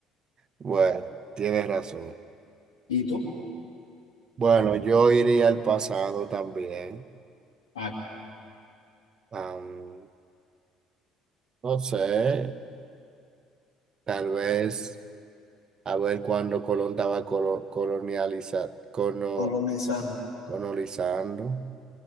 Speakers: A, on the right (about 40°); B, on the left (about 80°).
A: Bueno, tienes razón.
B: ¿Y tú?
A: Bueno, yo iría al pasado también.
B: Ah,
A: Am, no sé, tal vez a ver cuando Colón estaba colo- colonializa- cono-
B: con los mensajes.
A: colonizando.